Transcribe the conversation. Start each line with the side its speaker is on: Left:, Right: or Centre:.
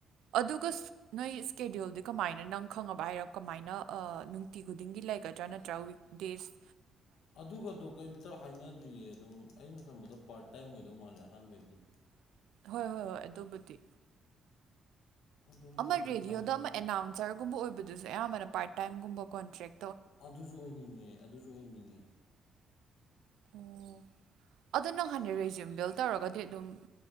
Right: ꯑꯗꯨꯒ ꯅꯣꯏ ꯏꯁ꯭ꯀꯦꯗ꯭ꯌꯨꯜꯗꯤ ꯀꯃꯥꯏꯅ ꯅꯪ ꯈꯪꯉꯕ ꯍꯥꯏꯔꯣ ꯀꯃꯥꯏꯅ ꯇꯇꯤ ꯈꯨꯗꯤꯡꯒꯤ ꯂꯩꯒꯗ꯭ꯔꯥ ꯅꯠꯇ꯭ꯔꯥ ꯋꯤꯛ ꯗꯦꯁ
Left: ꯑꯗꯨꯒꯗꯣ ꯀꯔꯤꯝꯇ ꯍꯥꯏꯅꯗ꯭ꯔꯤꯌꯦ ꯑꯗꯨꯝ ꯑꯩꯅ ꯈꯟꯕꯗꯣ ꯄꯥꯔꯠ ꯇꯥꯏꯝ ꯑꯣꯏꯗꯧ ꯃꯥꯜꯂꯦ ꯑꯍꯥꯟꯕꯩꯗꯤ
Right: ꯍꯣꯏ ꯍꯣꯏ ꯍꯣꯏ ꯑꯗꯨꯕꯨꯗꯤ
Left: ꯑꯗꯨ ꯃꯣꯏꯅ
Right: ꯑꯃ
Left: ꯑꯗꯨꯝ
Right: ꯔꯦꯗꯤꯌꯣꯗ
Left: ꯍꯥꯏꯖꯔꯅꯤ
Right: ꯑꯃ ꯑꯦꯅꯥꯎꯟꯁꯔꯒꯨꯝꯕ ꯑꯣꯏꯕꯗꯨꯁꯨ ꯑꯌꯥꯝꯕꯅ ꯄꯥꯔꯠ ꯇꯥꯏꯝꯒꯨꯝꯕ ꯀꯣꯟꯇ꯭ꯔꯦꯛ
Left: ꯑꯗꯨꯁꯨ ꯑꯣꯏꯅꯤꯡꯉꯦ ꯑꯗꯨꯁꯨ ꯑꯣꯏꯅꯤꯡꯉꯦ
Right: ꯎꯝ ꯑꯗꯨꯗꯣ ꯅꯪ ꯍꯥꯟ ꯔꯤꯖ꯭ꯌꯨꯝ ꯕꯤꯜ ꯇꯧꯔꯒꯗꯤ ꯑꯗꯨꯝ